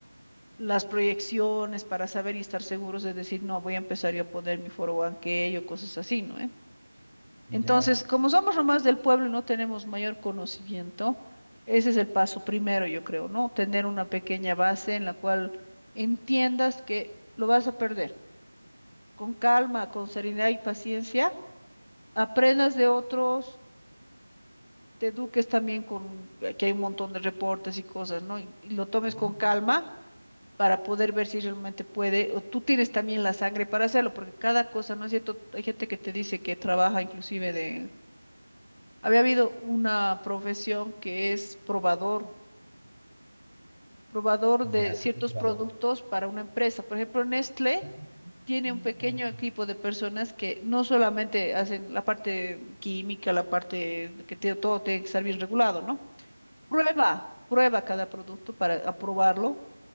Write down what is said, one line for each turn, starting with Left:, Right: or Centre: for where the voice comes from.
Left: las proyecciones para saber y estar seguros de decir, no, voy a empezar yo a poner mi que o cosas así, ¿no? eh?
Right: Ya,
Left: Entonces, como somos nomás del pueblo y no tenemos mayor conocimiento, ese es el paso primero, yo creo, ¿no? Tener una pequeña base en la cual entiendas que lo vas a perder. Con calma, con serenidad y paciencia, aprendas de otros, te eduques también con, que hay un montón de reportes y cosas, ¿no? y y lo tomes
Right: Ujú.
Left: con calma para poder ver si realmente puede, o tú tienes también la sangre para hacerlo, porque cada cosa, ¿no es cierto? Hay gente que te dice que trabaja inclusive de... Había habido una profesión que es probador, probador
Right: ya,
Left: de ciertos
Right: qué complicado.
Left: productos para una empresa. Por ejemplo, Nestlé
Right: Ujú,
Left: tiene
Right: ujú,
Left: un pequeño equipo de personas que no solamente hacen la parte química, la parte de que te- todo tiene que estar bien regulado, ¿no? Prueba, prueba cada producto para aprobarlo